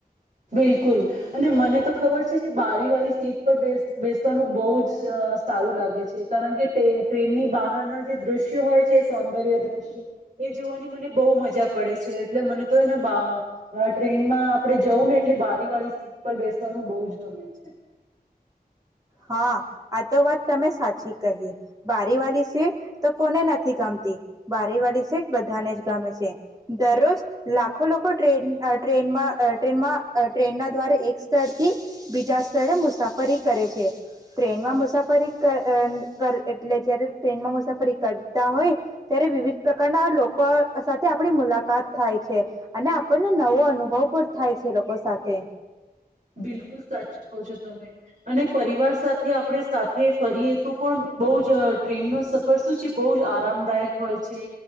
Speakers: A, on the right; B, on the right.
A: બિલકુલ અને મને તો ખબર છે કે બારી વાળી સીટ પર બેસ બેસવાનું બહુ જ સારું લાગે છે કારણ કે ટ્રેનની બહારના જે દ્રશ્યો હોય છે સૌંદર્ય દ્રશ્ય એ જોવાની મને બહુ મજા પડે છે એટલે મને તો <unintelligible> એને ટ્રેનમાં આપણે જવું ને એટલે બારી વાળી સીટ પર બેસવાનું બહુ જ ગમે છે.
B: હા આ તો વાત તમે સાચી કહી બારી વાલી સીટ તો કોને નથી ગમતી બારી વાળી સીટ બધાને જ ગમે છે દરરોજ લાખો લોકો ટ્રેન ટ્રેનમાં અહ ટ્રેનમાં ટ્રેનના દ્વારા એક સ્થળથી બીજા સ્થળે મુસાફરી કરે છે. ટ્રેનમાં મુસાફરી અહ અહ એટલે જયારે ટ્રેનમાં મુસાફરી કરતા હોય ત્યારે વિવિધ પ્રકારના લોકો સાથે આપણી મુલાકાત થાય છે અને આપણને નવો અનુભવ પણ થાય છે એ લોકો સાથે.
A: બિલકુલ સાચુ કહો છો તમે. અને પરિવાર સાથે આપણે સાથે <unintelligible> કરીએ તો પણ બહુ જટ ટ્રેન નો સફર શું છે બહુ જ આરામદાયક હોય છે